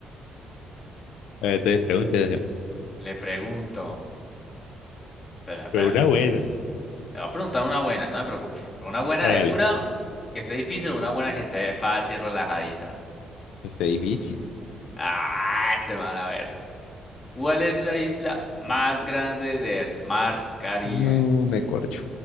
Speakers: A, on the left (about 85°); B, on the left (about 30°).
A: Entonces pregunte, socio.
B: Le pregunto. Espera, espérame.
A: Pero una buena.
B: Le voy a preguntar una buena, no me preocupe. Por una buena
A: Hágale.
B: de dura, que esté difícil, o una buena que esté fácil, relajadita.
A: Está difícil.
B: Ah, este van a ver. ¿Cuál es la isla más grande del mar Caribe?
A: No me corcho.